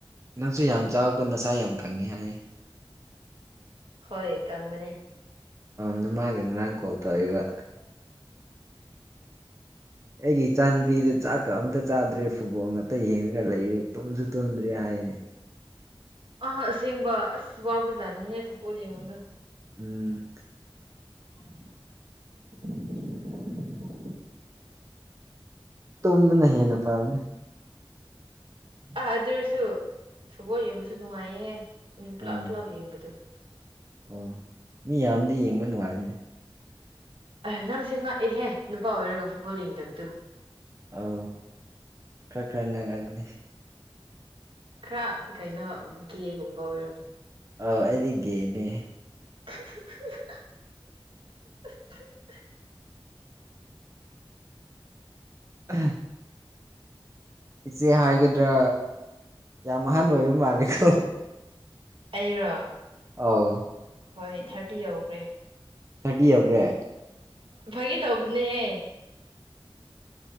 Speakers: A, on the right; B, on the right.
A: ꯅꯪꯁꯨ ꯌꯥꯝ ꯆꯥꯎꯛꯄ ꯅꯁꯥ ꯌꯥꯝ ꯀꯪꯉꯤ ꯍꯥꯏꯔꯤ
B: ꯍꯣꯏ ꯀꯪꯕꯅꯦ
A: ꯅꯃꯥꯒ ꯉꯔꯥꯡ ꯀꯣꯜ ꯇꯧꯕ ꯑꯩꯒꯤ ꯏꯆꯥꯅꯨꯄꯤꯗꯨ ꯆꯥꯛꯀ ꯑꯝꯇ ꯆꯥꯗ꯭ꯔꯦ ꯐꯨꯠꯕꯣꯜ ꯉꯥꯛꯇ ꯌꯦꯡꯉꯒ ꯂꯩꯔꯦ ꯇꯨꯝꯁꯨ ꯇꯨꯝꯗ꯭ꯔꯦ ꯍꯥꯏ ꯍꯥꯏꯅꯦ
B: ꯑ ꯑꯁꯦꯡꯕ ꯑꯁ ꯋꯥꯕ ꯖꯥꯠꯅꯤꯍꯦ ꯐ ꯄꯣꯠ ꯌꯦꯡꯕꯗꯣ
A: ꯎꯝ
B: <unintelligible>
A: ꯇꯨꯝꯅ ꯍꯦꯟꯅ ꯐꯥꯎꯅꯦ
B: ꯑꯥ ꯑꯗꯨꯔꯁꯨ ꯐꯨꯠꯕꯣꯜ ꯌꯦꯡꯕꯁꯨ ꯅꯨꯡꯉꯥꯏꯌꯦ ꯃꯤ ꯄꯨ꯭ꯂꯥ
A: ꯑꯥ
B: ꯄꯨꯂꯥ ꯌꯦꯡꯕꯣ
A: ꯑꯣ ꯃꯤ ꯌꯥꯝꯗꯤ ꯌꯦꯡꯕ ꯅꯨꯡꯉꯥꯏꯔꯤꯅꯦ
B: ꯑ ꯅꯪꯁꯦ ꯉꯥꯛꯑꯦꯍꯦ ꯅꯨꯄꯥ ꯑꯣꯏꯔꯒ ꯐꯨꯠꯕꯣꯜ ꯌꯦꯡꯗꯕꯗꯣ
A: ꯑꯧ ꯈꯔ ꯈꯔ ꯉꯥꯡꯑꯒꯅꯤ
B: ꯈꯔ ꯀꯩꯅꯣ ꯒꯦꯒꯨꯝꯕ ꯑꯣꯏꯔꯝ
A: ꯑꯥꯎ ꯑꯩꯗꯤꯒꯦꯅꯦ
B: <unintelligible>
A: ꯎ ꯏꯆꯦ ꯍꯥꯏꯒꯗ꯭ꯔꯥ ꯌꯥꯝ ꯑꯍꯜ ꯑꯣꯏꯕ ꯃꯥꯂꯦꯀꯣ
B: ꯑꯩꯔꯣ
A: ꯑꯥꯎ
B: ꯍꯣꯏ ꯊꯥꯔꯇꯤ ꯌꯧꯈ꯭ꯔꯦ
A: ꯊꯔꯇꯤ ꯌꯥꯎꯕ꯭ꯔꯦ
B: ꯐꯩ ꯇꯧꯕꯅꯦꯍꯦ